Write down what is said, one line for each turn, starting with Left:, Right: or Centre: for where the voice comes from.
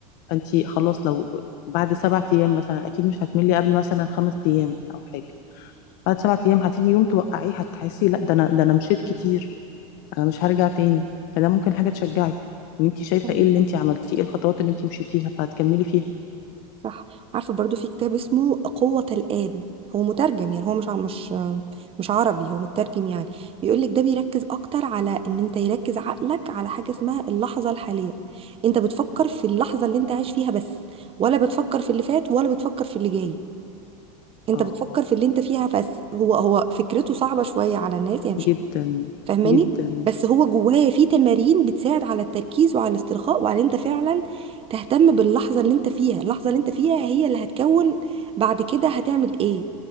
Left: فانتي خلاص لو بعد سبعة ايام مثلا اكيد مش هتملي قبل مثلا خمس ايام او حاجه بعد سبعة ايام هتيجي يوم توقعيه هتحسي لا ده انا ده انا مشيت كتير انا مش هرجع تاني فده ممكن حاجه تشجعك ان انتي شايفه
Right: مم.
Left: ايه اللي انتي عملتيه ايه الخطوات اللي انتي مشيتيها فهتكملي فيها
Right: صح عارفة برضو في كتاب اسمه قوة الآن هو مترجم يعني هو مش ع- مش مش عربي هو مترجم يعني بيقولك ده بيركز أكتر على إن أنت يركز عقلك على حاجة اسمها اللحظة الحالية أنت بتفكر في اللحظة اللي أنت عايش فيها بس ولا بتفكر في اللي فات ولا بتفكر في اللي جاي أنت
Left: اه
Right: بتفكر في اللي أنت فيها بس هو هو فكرته صعبة شوية على الناس يعني مش
Left: جدا
Right: فاهماني
Left: جدا
Right: بس هو جواه في تمارين بتساعد على التركيز وعلى الاسترخاء وعلى ان انت فعلا تهتم باللحظه اللي انت فيها اللحظه اللي انت فيها هي اللي هتكون بعد كده هتعمل ايه